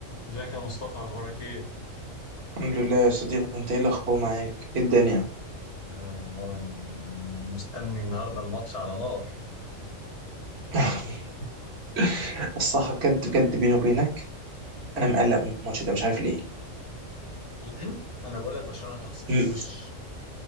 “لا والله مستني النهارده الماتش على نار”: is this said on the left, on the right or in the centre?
Left